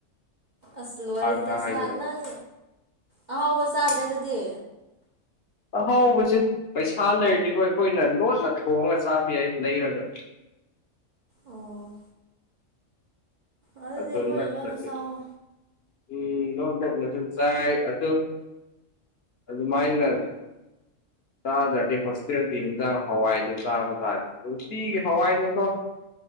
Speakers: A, on the right; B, on the left.
A: ꯑꯁ ꯂꯣꯏꯔꯦꯗꯤ
B: ꯉꯥꯏꯅ
A: ꯅꯁꯥ ꯅꯪ ꯑꯍꯥꯎꯕ ꯆꯥꯗ꯭ꯔꯦ ꯑꯗꯨꯗꯤ
B: ꯑꯥꯛꯍꯥꯎꯕꯁꯦ ꯄꯩꯁꯥ ꯂꯩꯔꯗꯤꯕꯣ ꯑꯩꯈꯣꯏꯅ ꯂꯣꯠꯅ ꯊꯣꯡꯉꯒ ꯆꯥꯕ ꯌꯥꯏ ꯂꯩꯔꯒ
A: ꯑꯣ ꯑꯗꯨꯗꯤ
B: ꯑꯗꯣ
A: ꯂꯣꯟꯅ
B: ꯅꯠꯇꯔꯥꯒꯗꯤ
A: ꯂꯣꯟꯅ ꯆꯥꯎꯋꯣ
B: ꯎꯝ <unintelligible> ꯆꯥꯏ ꯑꯗꯣ ꯑꯗꯨꯃꯥꯏꯅ ꯆꯥꯗ꯭ꯔꯗꯤ ꯍꯁꯇꯦꯜꯒꯤ ꯍꯦꯟꯖꯥꯡ ꯍꯋꯥꯏꯗꯨꯣ ꯆꯥꯕ ꯇꯥꯔꯦ ꯅꯨꯡꯁꯤꯒꯤ ꯍꯋꯥꯏꯅꯦꯀꯣ